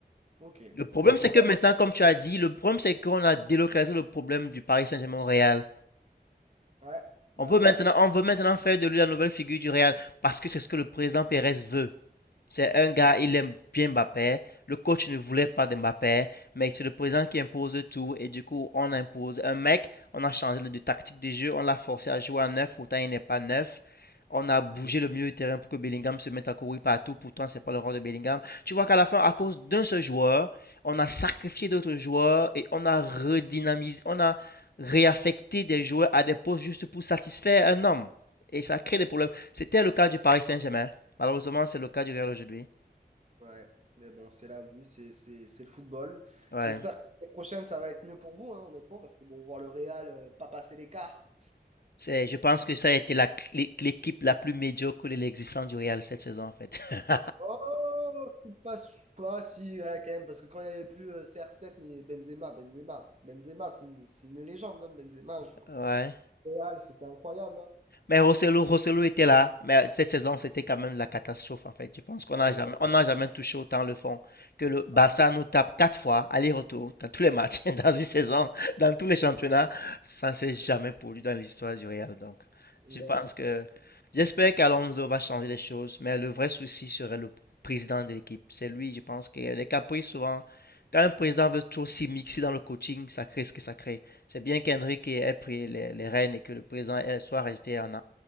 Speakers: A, on the right; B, on the left.
A: Ok.
B: Le problème,
A: Donc pour
B: c'est que
A: toi,
B: maintenant, comme tu as dit, le problème, c'est qu'on a délocalisé le problème du Paris Saint-Germain au Real.
A: ouais, bah
B: On veut
A: ouais.
B: maintenant, on veut maintenant faire de lui la nouvelle figure du Real parce que c'est ce que le président Pérez veut. C'est un gars, il aime bien Mbappé. Le coach ne voulait pas de Mbappé, mais c'est le président qui impose tout. Et du coup, on impose un mec, on a changé de tactique de jeu, on l'a forcé à jouer à neuf, pourtant il n'est pas neuf. On a bougé le milieu de terrain pour que Bellingham se mette à courir partout, pourtant c'est pas le rôle de Bellingham. Tu vois qu'à la fin, à cause d'un seul joueur, on a sacrifié d'autres joueurs et on a redynamisé, on a réaffecté des joueurs à des postes juste pour satisfaire un homme. Et ça crée des problèmes. C'était le cas du Paris Saint-Germain. Malheureusement, c'est le cas du Real aujourd'hui.
A: Ouais. Mais bon, c'est la vie, c'est c'est- c'est le football.
B: Ouais.
A: J'espère que l'année prochaine, ça va être mieux pour vous, hein, honnêtement, parce que bon, voir le Real, euh, pas passer l'écart.
B: C'est, je pense que ça a été la, l'équipe la plus médiocre de l'existence du Real cette saison, en fait. <laughs>
A: Oh, c'est pas, su- pas si, ouais, quand même, parce que quand il n'y avait plus euh, CR7, mais Benzema, Benzema, Benzema, c'est une, c'est une légende, hein, Benzema. Je...
B: Ouais.
A: Real, c'était incroyable. hein.
B: Mais Rosselló, Rosselló était là, mais cette saison, c'était quand même la catastrophe, en fait. Je pense qu'on
A: Ah
B: n'a
A: oui,
B: jamais, on n'a jamais touché autant le fond que le Barça
A: ah,
B: nous tape quatre fois, aller-retour, dans tous les matchs, <laughs> dans une saison, dans tous les championnats. Ça ne s'est jamais produit dans l'histoire du Real. Donc, je
A: euh,
B: pense que, j'espère qu'Alonso va changer les choses, mais le vrai souci serait le président de l'équipe. C'est lui, je pense, qui a les caprices souvent. Quand un président veut trop s'y mixer dans le coaching, ça crée ce que ça crée. C'est bien qu'Henrique ait pris les, les rênes et que le président soit resté en,